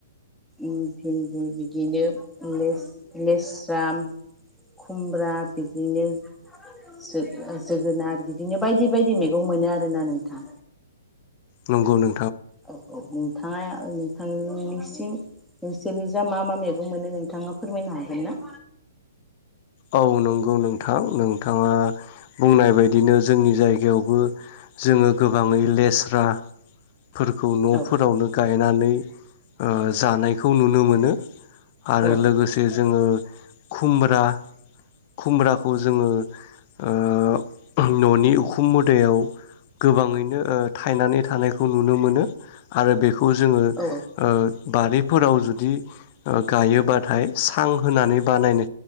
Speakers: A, in the centre; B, on the left.
A: उम भिन्दि बिदिनो लेस-लेस्रा खुमब्रा बिदिनो जो जोगोनार बिदि दिनो बायदि बायदि मैगं मोनो आरोना नोंथां।
B: नंगौनो
A: औ औ थाङा नोंथांनिसिम नोंसोरनि जा मा मा मैगं मोनो नोंथाङा फोरमायनो हागोन ना?
B: औ नंगौ नोंथां नोंथाङा बुंनाय बायदिनो जोंनि जायगायावबो जोङो गोबाङै लेस्रा फोरखौ न'फोरावनो
A: औ
B: गायनानै ओ जानायखौ नुनो मोनो। आरो
A: औ
B: लोगोसे जोङो खुमब्रा खुमब्राखौ जोङो ओ ननि उखुम मुदायाव गोबाङैनो थायनानै थानायखौ नुनो मोनो आरो बे खौ जोङो
A: औ
B: ओ बारि फोराव जुदि ओ गायोबाथाय सां होनानै बानायनो